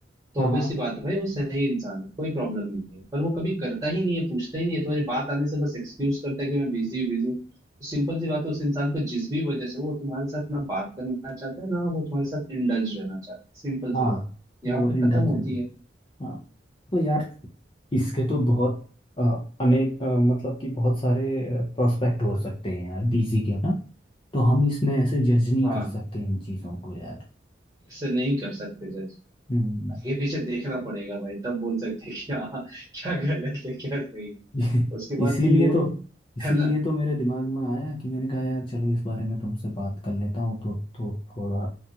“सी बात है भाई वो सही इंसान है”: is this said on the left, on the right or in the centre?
Right